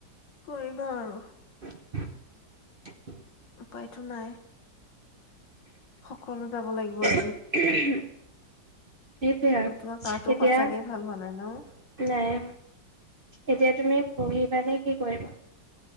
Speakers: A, on the left (about 70°); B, on the right (about 40°).
A: কৰিবা আৰু
B: <inaudible>
A: উপায়তো নাই সকলো যাব লাগিব এ
B: সেইটোৱে আৰু
A: তোমাৰ কাহটো
B: এতিয়া
A: সঁচাকে ভাল হোৱা নাই ন
B: নাই এতিয়া তুমি পঢ়িবা নে কি কৰিবা?